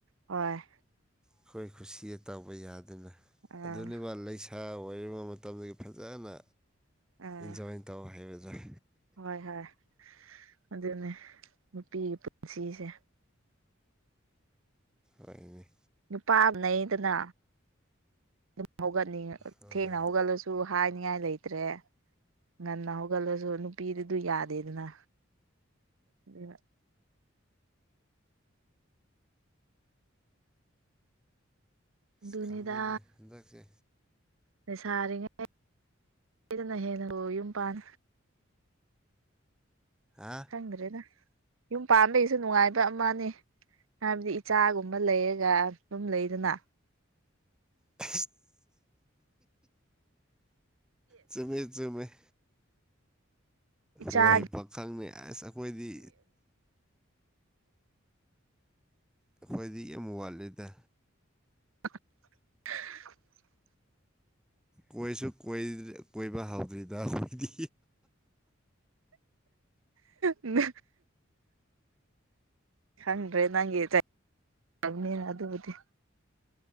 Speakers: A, on the right (about 80°); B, in the centre.
A: ꯍꯣꯏ
B: ꯑꯩꯈꯣꯏ ꯈꯨꯁꯤꯌꯦ ꯇꯥꯎꯕ ꯌꯥꯗꯅ
A: ꯑꯥ
B: ꯑꯗꯨꯅꯦꯕ ꯂꯩ ꯈꯔ ꯑꯣꯏꯔꯤꯕ ꯃꯇꯝꯗꯒꯤ ꯐꯖꯅ
A: ꯑꯥ
B: ꯏꯟꯖꯣꯏ ꯇꯧ ꯍꯥꯏꯩꯕꯗꯦ
A: ꯍꯣꯏ ꯍꯣꯏ ꯑꯗꯨꯅꯦ ꯅꯨꯄꯤꯒꯤ ꯄꯨꯟꯁꯤꯁꯦ
B: ꯍꯥꯏꯅꯦ
A: ꯅꯨꯄꯥ ꯑꯃ ꯂꯩꯗꯅ ꯑꯗꯨꯝ ꯍꯧꯒꯠꯅꯤꯡꯉ
B: ꯍꯣꯏ
A: ꯊꯦꯡꯅ
B: ꯍꯣꯏ
A: ꯍꯧꯒꯠꯂꯁꯨ ꯍꯥꯏꯅꯤꯡꯉꯥꯏ ꯂꯩꯇ꯭ꯔꯦ ꯉꯟꯅ ꯍꯧꯒꯠꯂꯁꯨ ꯅꯨꯄꯤꯗꯨꯗꯨ ꯌꯥꯗꯦꯗꯅ ꯑꯗꯨ
B: ꯑꯁ
A: ꯑꯗꯨꯅꯤꯗ
B: ꯈꯪꯗꯦꯅꯦ ꯍꯟꯗꯛꯁꯦ
A: ꯅ ꯁꯥꯔꯤꯉꯩꯗꯅ ꯍꯦꯟꯅ ꯌꯨꯝ ꯄꯥꯟ
B: ꯍꯥ
A: ꯈꯪꯗ꯭ꯔꯦꯅ ꯌꯨꯝ ꯄꯥꯟꯕꯩꯁꯨ ꯅꯨꯡꯉꯥꯏꯕ ꯑꯃꯅꯦ ꯍꯥꯏꯕꯗꯤ ꯏꯆꯥꯒꯨꯝꯕ ꯂꯩꯔꯒ ꯑꯗꯨꯝ ꯂꯩꯗꯅ
B: ꯑ ꯆꯨꯝꯃꯦ ꯆꯨꯝꯃꯦ ꯍꯣꯏ
A: ꯏꯆꯥꯒꯤ
B: ꯍꯩ ꯄ ꯈꯪꯅꯤ ꯑꯁ ꯑꯩꯈꯣꯏꯗꯤ ꯑꯩꯈꯣꯏꯗꯤ ꯌꯥꯝꯃꯨ ꯋꯥꯠꯂꯤꯗ
A: <unintelligible>
B: ꯀꯣꯏꯁꯨ ꯀꯣꯏꯕ ꯍꯧꯥꯎꯗ꯭ꯔꯤꯗ ꯑꯩꯣꯏꯗꯤ
A: ꯎ ꯈꯪꯗ꯭ꯔꯦ ꯅꯪꯒꯤꯕꯅꯤꯅ ꯑꯗꯨꯕꯨꯗꯤ